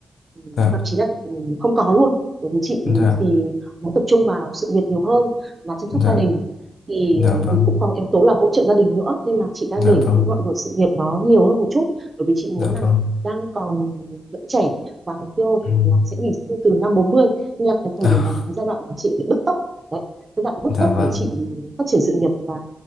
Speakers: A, on the right; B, on the left.
A: Ừ,
B: dạ
A: thậm chí là ừ, không có luôn bởi vì chị
B: dạ
A: thì muốn tập trung vào sự nghiệp nhiều hơn là chăm sóc
B: dạ
A: gia đình thì
B: dạ vâng
A: thì cũng có yếu tố là hỗ trợ gia đình nữa nên là chị đang
B: dạ
A: để
B: vâng
A: cái ngọn lửa sự nghiệp nó nhiều hơn một chút bởi vì chị muốn
B: dạ
A: là
B: vâng
A: đang còn vẫn trẻ và mục tiêu là,
B: Ừm,
A: là sẽ nghỉ hưu từ năm bốn mươi nên là cái thời
B: à,
A: điểm này là cái giai đoạn mà chị phải bứt tốc đấy giai đoạn bứt
B: dạ
A: tốc
B: vâng
A: để chị phát triển sự nghiệp và